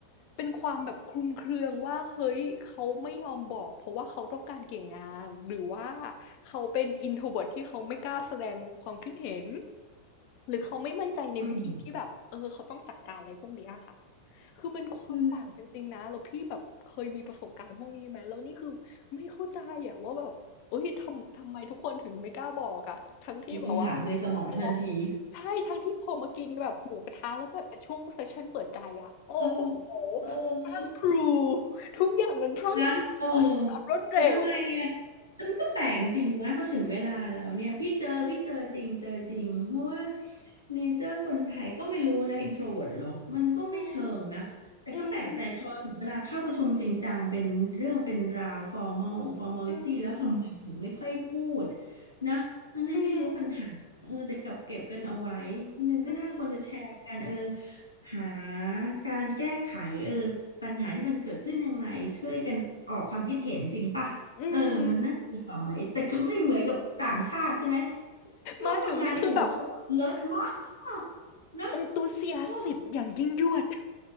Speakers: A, on the left; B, on the left.
A: เป็นความแบบคลุมเครือว่าเฮ้ยเขาไม่ยอมบอกเพราะว่าเขาต้องการเกี่ยงงานหรือว่าเขาเป็นอินโทรเ r ิร์ที่เขาไม่กล้าแสดงความคิดเห็นหรือเขาไม่มั่นใจในวิธีที่แบบเออเขาต้องจัดการอะไรพวกเนี้ยค่ะ
B: อืม
A: คือมันความต่างจริงๆนะแล้วพี่แบบเคยมีประสบการณ์พวกนี้ไหมแล้วนี่คือไม่เข้าใจอะว่าแบบเอ้ยทำทำไมทุกคนถึงไม่กล้าบอกอะทั้งที่แบบว่า
B: คือ มีคำถามในสมองทันที
A: พอ ใช่ทั้งที่พอมากินแบบหมูกระทะแล้วแบบเป็นช่วงเซสชั่นเปิดใจอะโอ้โห
B: เออ เออ
A: พรั่งพรูทุกอย่างมันพรั่งพรูออกมาด้วยความรวดเร็ว
B: นะเออ แต่ทำไมเนี่ยแต่มันก็แปลกจริงนะพอถึงเวลาแล้วเนี่ยพี่เจอพี่เจอจริงเจอจริงเพราะว่าเนเจอร์คนไทยก็ไม่รู้นะอินโทรเวิร์หรอมันก็ไม่เชิงนะแต่ก็แปลกใจพอถึงเวลาเข้าประชุมจริงจังเป็นเรื่องเป็นราวฟอร์มอลฟอร์มอลิตี้แล้วทำไมถึงไม่ค่อยพูด
A: อืมอืมอืม
B: นะทั้งๆที่รู้ปัญหาเออแต่กลับเก็บกันเอาไว้หนึ่งที่น่าควรจะแชร์กันเออ
A: อืมอืม
B: หาการแก้ไขเออปัญหาที่มันเกิดขึ้นยังไงช่วยกันออกความคิดเห็นจริงป่ะเออมันน่าจะดีกว่าไหมแต่ก็ไม่เหมือนกับต่างชาติใช่ไหม
A: อืม
B: ที่เขาทำงานที่หูเขาเลิศมาก
A: มาถึงนี่คือแบบ
B: เนาะ
A: e n t h u s i a
B: โอ้
A: s สิบอย่างยิ่งยวด